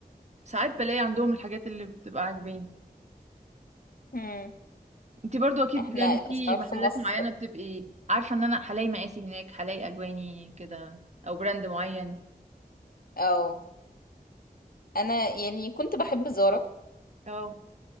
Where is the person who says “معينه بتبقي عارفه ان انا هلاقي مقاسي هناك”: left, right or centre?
Right